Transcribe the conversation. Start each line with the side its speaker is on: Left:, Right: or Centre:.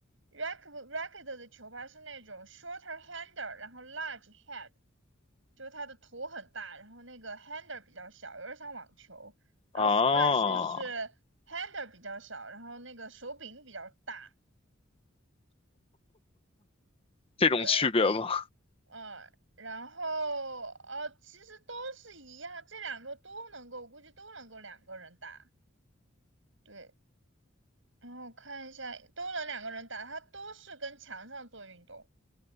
Right: ，racket racket 的球拍是那种 shorter hander，然后 large head，就是它的头很大，然后那个 hander 比较小，有点像网球。然后
Left: 啊，
Right: squash 是 hander 比较小，然后那个手柄比较大。
Left: 这种区别吗？
Right: 对，嗯，然后呃，其实都是一样，这两个都能够，我估计都能够两个人打。对，然后我看一下，都能两个人打，它都是跟墙上做运动。